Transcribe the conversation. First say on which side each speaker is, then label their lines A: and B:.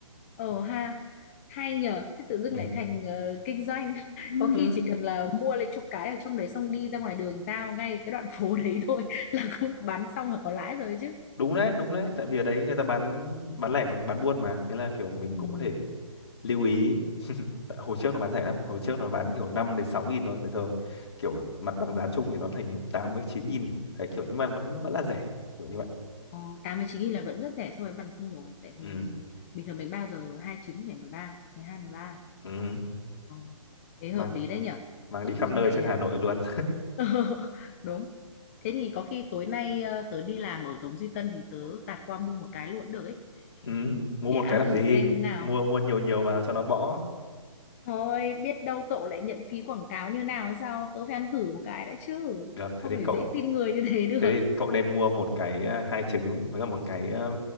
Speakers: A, on the left; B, on the left.
A: Ờ ha, hay nhở, thế tự dưng
B: Ừ.
A: lại thành ờ, kinh doanh. <laughs>
B: Ừ,
A: Có khi chỉ cần là mua lấy chục cái ở trong đấy xong đi ra ngoài đường giao ngay cái đoạn <laughs> phố đấy thôi <laughs> là cũng bán xong là có lãi rồi chứ.
B: đúng đấy đúng đấy tại vì ở đấy người ta bán bán lẻ bằng bán buôn mà thế là kiểu mình
A: Ừ.
B: cũng có thể lưu ý tại hồi trước nó bán rẻ lắm hồi trước nó bán kiểu năm đến sáu nghìn thôi bây giờ kiểu mặt bằng giá chung thì nó thành tám với chín nghìn đấy kiểu nhưng mà vẫn vẫn là rẻ kiểu như vậy
A: Ờ, 89.000 là vẫn rất rẻ so với bàn không rồi. Tại
B: ừ.
A: vì bình thường bánh bao giờ hai trứng phải 13, 12, 13.
B: Ừ.
A: Ờ, thế hợp
B: Mà
A: lý đấy nhở.
B: mang
A: Tự
B: đi khắp
A: dưng
B: nơi
A: lại
B: trên
A: ờ,
B: Hà Nội luôn
A: <laughs> đúng thế thì có khi tối nay ờ, tớ đi làm ở Tống Duy Tân thì tớ tạt qua mua một cái luôn cũng được ấy
B: <laughs> ừ, mua
A: để
B: một
A: ăn
B: cái làm
A: thử
B: gì
A: xem nào
B: mua mua nhiều nhiều vào cho nó bõ
A: thôi biết đâu cậu lại nhận phí quảng cáo như nào hay sao tớ phải ăn thử một cái đã chứ
B: được
A: không
B: thế thì
A: phải
B: cậu
A: dễ tin người như thế được
B: thế
A: <laughs>
B: thì cậu nên mua một cái ờ, hai trứng với cả một cái ờ,